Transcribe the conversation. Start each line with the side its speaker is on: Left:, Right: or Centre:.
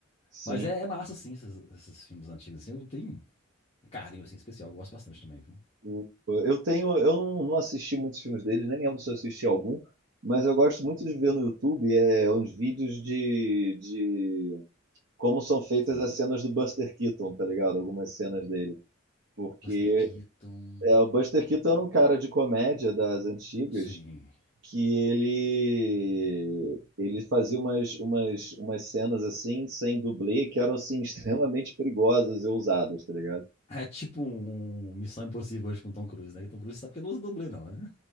Right: sim.
Left: Mas é, é massa, assim, esses, esses filmes antigos, assim. Eu tenho um carinho, assim, especial. Eu gosto bastante também, viu?
Right: O- Eu tenho, eu não, não assisti muitos filmes deles, nem lembro se eu assisti algum, mas eu gosto muito de ver no YouTube é, uns vídeos de, de como são feitas
Left: Sim.
Right: as cenas do Buster Keaton, tá ligado? Algumas cenas dele. Porque
Left: Buster Keaton.
Right: É, o Buster Keaton era um cara de comédia das antigas
Left: Sim.
Right: que ele ele fazia umas, umas, umas cenas assim sem dublê que eram assim <laughs> extremamente perigosas e ousadas, tá ligado?
Left: É tipo um Missão Impossível hoje com Tom Cruise, né? Que Tom Cruise sabe que ele não usa dublê, não, né?